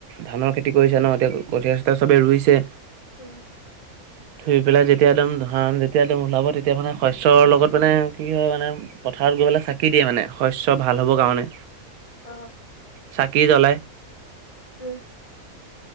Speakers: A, on the right; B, on the left.
A: ধানৰ খেতি কৰিছে ন'। এতিয়া কঠিয়া-চঠিয়া চবে ৰুইছে।
B: উম',।
A: ধুই পেলাই যেতিয়া একদম ধান যেতিয়া একদম ওলাব, তেতিয়া মানে শস্যৰ লগত মানে কি হয় মানে পথাৰত গৈ পেলাই চাকি দিয়ে মানে, শস্য ভাল হ'বৰ কাৰণে।
B: অ',।
A: চাকি জ্বলাই।
B: উম',।